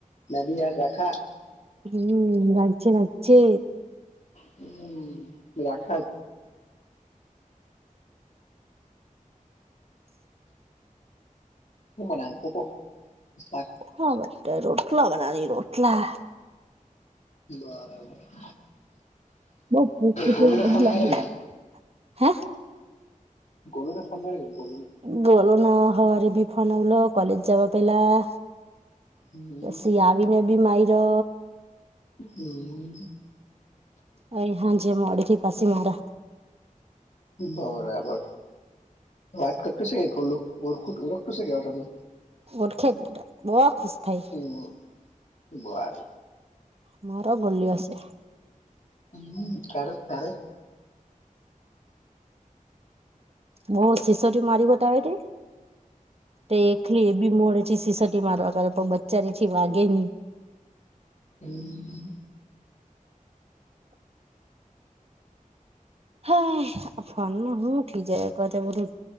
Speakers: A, on the left; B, on the right.
A: મેં ભી યાદ રાખા
B: હમ રાખજે રાખજે
A: હમ રાખા હું બનાયુ કુકુર શાક
B: હા બે રોટલા બનાવી રોટલા
A: બરાબર
B: બઉ ખૂટ
A: ગોલુને
B: તું તું
A: ફોન માર્યો
B: એટલે
A: કે
B: હે
A: ગોલુ નો ફોન આવેલો ગોલુ નો
B: ગોલુ ન હવારે ફોન આવેલો કોલેજ જવા પેલા
A: હમ
B: પછી આવીને બી માયરો
A: હમ
B: અરે હાંજે મોડું થયું પછી મારે
A: બરાબર વાત કરતું છે કે ગોલુ ઓરખું ઓરખતો છે એવેયો તને
B: ઓળખે જ બહુ ખુશ થાય
A: ઉમ હમ બર
B: મારો બોલ્યો સે
A: હમ ક્યારેક ક્યારે
B: બઉ સિસોટી મારી બતાવે ને તે થી એ બી મોડ છે સીસોટી મારવા કરે પણ બચ્ચા એ છે વાગે ની
A: એમ
B: હ આ ફોન માં હું ઠી જાયા કરે બધું